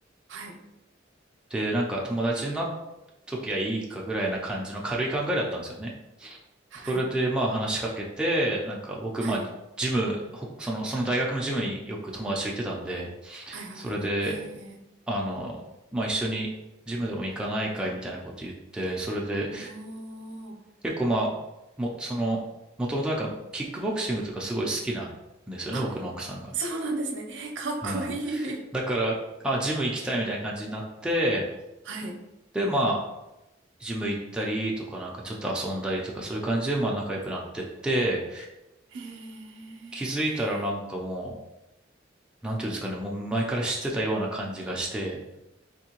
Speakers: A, on the right; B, in the centre.
A: はい。
B: でなんか友達になっときゃいいかぐらいな感じの軽い考えだったんですよね。
A: はい。
B: それで、まあ話しかけて、なんか僕、
A: はい。
B: まあ、ジム、ほその、その大学のジムによく友達と行ってたんで、
A: はいはいはいはい。
B: それで、
A: へえ。
B: あの、まあ一緒にジムでも行かないかいみたいなこと言って、それで、
A: おー。
B: 結構まあ、も、その、もともとなんか、キックボクシングとかすごい好きなんですよね、
A: あ、
B: 僕の奥さんが。
A: そうなんですね。えー、かっこいい。
B: はい。だから、あ、ジム行きたいみたいな感じになって、
A: <laughs> はい。
B: で、まあ、ジム行ったりとか、なんかちょっと遊んだりとか、そういう感じで、まあ仲良くなってって、
A: へえ。
B: 気づいたらなんかもう、なんていうんですかね、もう前から知ってたような感じがして、